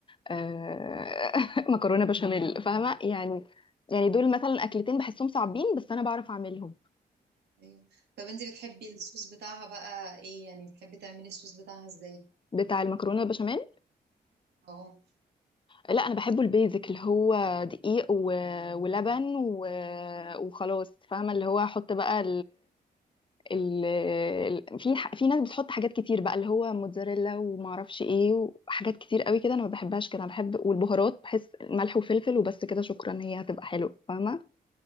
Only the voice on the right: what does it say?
ايوه طب انت بتحبي الصوص بتاعها بقى ايه يعني بتحبي تعملي الصوص بتاعها ازاي
اه